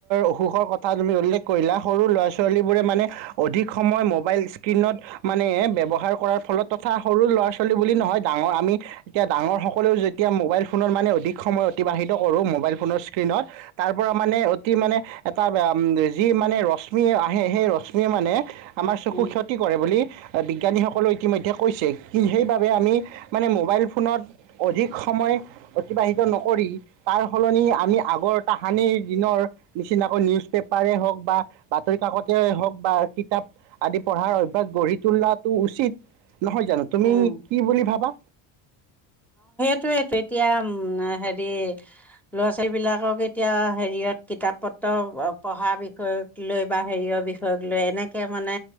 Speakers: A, on the right (about 65°); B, in the centre.
A: অসুখৰ কথা তুমি উল্লেখ কৰিলা সৰু ল'ৰা ছোৱালীবোৰে মানে অধিক সময় মোবাইল স্ক্ৰীণত মানে ব্যৱহাৰ কৰাৰ ফলত তথা সৰু ল'ৰা ছোৱালী বুলি নহয় ডাঙৰ আমি এতিয়া ডাঙৰ সকলো এতিয়া মোবাইল ফোনত মানে অধিক সময় অতিবাহিত কৰোঁ মোবাইল ফোনৰ স্ক্ৰীণত তাৰ পৰা মানে অতি মানে এটা যি মানে ৰশ্মি আহে সেই ৰশ্মিয়ে মানে আমাৰ চকু
B: উম
A: ক্ষতি কৰে বুলি বি বিজ্ঞানীসকলে ইতিমধ্যে কৈছে কি সেইবাবে আমি মানে মোবাইল ফোনত অধিক সময় অতিবাহিত নকৰি তাৰ সলনি আমি আগৰ তাহানিৰ দিনৰ নিচিনাকৈ নিউজ পেপাৰেই হওঁক বা বাতৰিকাকতে হওঁক বা কিতাপ আদি পঢ়াৰ অভ্যাস গঢ়ি তোলাটো উচিত নহয় জানো তুমি
B: উম
A: কি বুলি ভাবা?
B: সেটোয়েটো এতিয়া উম হেৰি ল'ৰা ছোৱালী বিলাকক এতিয়া হেৰিয়ত কিতাপ পত্ৰ পঢ়া বিষয়ক লৈ বা হেৰিয়ৰ বিষয়ক লৈ এনেক কে মানে